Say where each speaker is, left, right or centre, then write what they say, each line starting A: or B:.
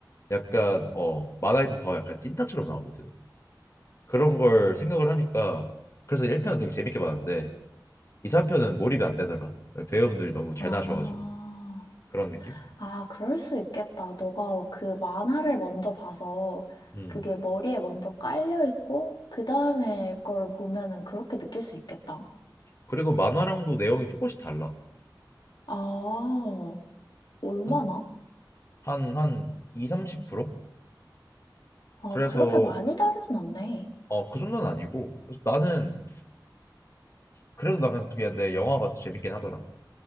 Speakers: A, on the left; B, on the left.
A: 약간 어 만화에선 더 약간 찐따처럼 나오거든. 그런 걸 생각을 하니까 그래서 1편은 되게 재밌게 봤는데 2, 3편은 몰입이 안 되더라. 배우분들이 너무 잘
B: 아,
A: 나셔가지고 그런 느낌?
B: 아, 그럴 수 있겠다. 너가 그 만화를 먼저 봐서
A: 음.
B: 그게 머리에 먼저 깔려 있고, 그 다음에 거를 보면은 그렇게 느낄 수 있겠다.
A: 그리고 만화랑도 내용이 조금씩 달라.
B: 아, 얼마나?
A: 한, 한, 한 2, 30%?
B: 어,
A: 그래서
B: 그렇게 많이 다르진 않네.
A: 어, 그 정도는 아니고 그래서 나는 그래도 나간 쪽이었는데 영화가 더 재밌긴 하더라.